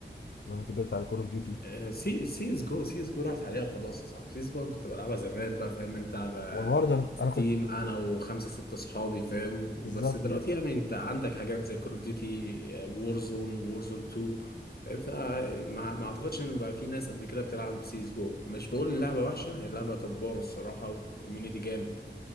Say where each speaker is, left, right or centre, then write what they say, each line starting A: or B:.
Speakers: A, on the left; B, on the left.
A: انا كبرت على كول اوف ديوتي
B: آه، سي سيز جو سيز جو راحت عليها خلاص يا صاحبي سيز جو أنا كنت بلعبها زمان بقى فاهم انت على
A: برضه انا
B: ستيم
A: انا كنت
B: انا وخمسه سته اصحابي فاهم وبس
A: بالظبط
B: دلوقتي
A: كده.
B: يعني انت عندك حاجات زي كول اوف ديوتي وورزون وورزون 2 فاهم فما ما اعتقدش ان بقى في ناس قد كده بتلعب سيز جو مش بقول ان اللعبه وحشه هي لعبه جباره الصراحه والكوميونتي جامد